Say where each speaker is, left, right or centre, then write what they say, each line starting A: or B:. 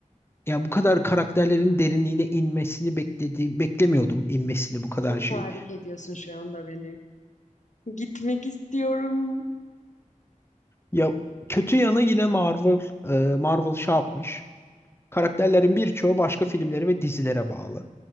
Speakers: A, on the left (about 20°); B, on the left (about 65°).
A: ya bu kadar karakterlerin derinliğine inmesini beklediğim beklemiyordum inmesini bu kadar
B: çok
A: şey.
B: tahrik ediyorsun şu anda beni. Gitmek istiyorum.
A: Ya kötü yanı yine Marvel, e, Marvel şey yapmış. Karakterlerin birçoğu başka filmleri ve dizilere bağlı.